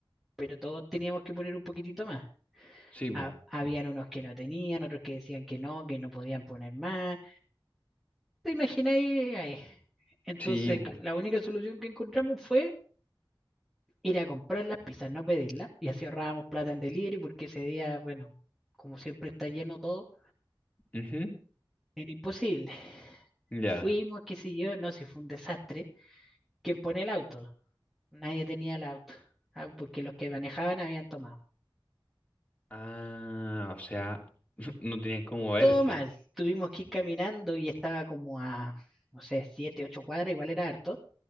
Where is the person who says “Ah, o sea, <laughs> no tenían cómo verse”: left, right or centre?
Left